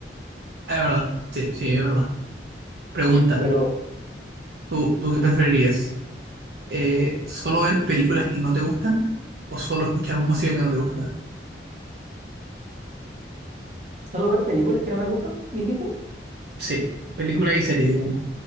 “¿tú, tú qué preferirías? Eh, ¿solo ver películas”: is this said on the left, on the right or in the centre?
Right